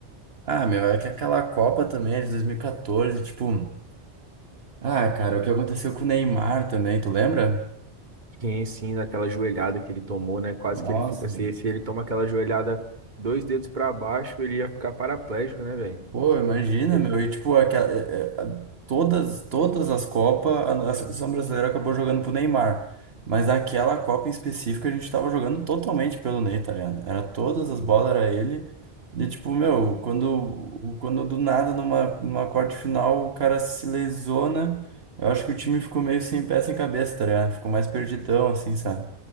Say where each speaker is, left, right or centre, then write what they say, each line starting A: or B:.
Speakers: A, on the right (about 65°); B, on the right (about 40°).
A: Ah, meu, é que aquela Copa também é de 2014, tipo. Ah, cara, o que aconteceu com o Neymar também, tu lembra?
B: Sim, sim, daquela joelhada que ele tomou, né? Quase
A: Nossa,
B: que ele fica assim. Se ele toma aquela joelhada dois dedos pra baixo, ele ia ficar paraplégico, né, velho?
A: Pô, imagina,
B: De-
A: meu. E tipo, aquela, é, é, a- todas, todas as Copas, a nossa seleção brasileira acabou jogando pro Neymar. Mas aquela Copa em específico a gente tava jogando totalmente pelo Ney, tá ligado? Era todas
B: Sim.
A: as bolas, era ele. E tipo, meu, quando, quando do nada, numa, numa quarta de final, o cara se lesiona, eu acho que o time ficou meio sem pé, sem cabeça, tá ligado? Ficou mais perdidão, assim, sabe?